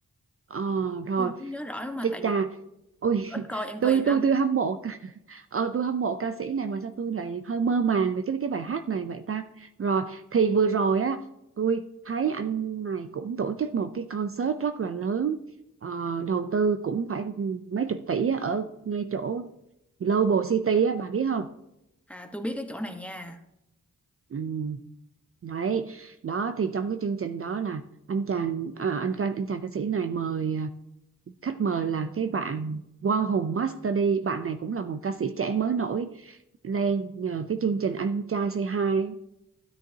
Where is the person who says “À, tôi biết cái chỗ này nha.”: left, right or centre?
Centre